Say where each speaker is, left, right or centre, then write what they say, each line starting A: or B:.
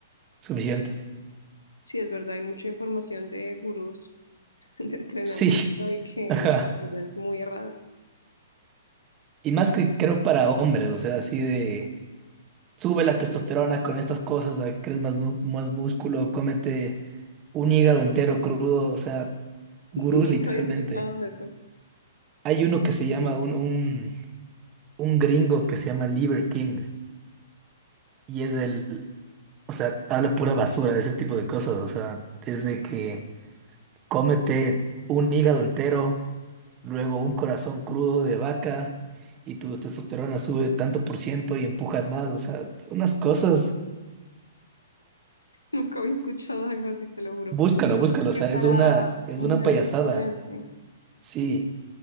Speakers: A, on the right (about 25°); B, on the left (about 80°).
A: suficiente.
B: Sí, es verdad, hay mucha información de gurús <laughs> de entrenamiento
A: Sí,
B: y que
A: <laughs> ajá.
B: es muy errada.
A: Y más que creo para hombres, o sea, así de, sube la testosterona con estas cosas para que crees más, nu- más músculo, cómete un hígado entero crudo, o sea,
B: <laughs>
A: gurús
B: Nunca
A: literalmente.
B: había escuchado eso,
A: Hay uno que se llama un, un, un gringo que se llama Liver King y es el, o sea, habla pura basura de ese tipo de cosas, o sea, desde que cómete un hígado entero, luego un corazón crudo de vaca y tu testosterona sube tanto por ciento y empujas más, o sea, unas cosas.
B: nunca había escuchado algo así, te lo juro.
A: Búscalo, búscalo,
B: Porque
A: o sea, es
B: para
A: una, es
B: mujeres
A: una payasada,
B: es diferente.
A: sí,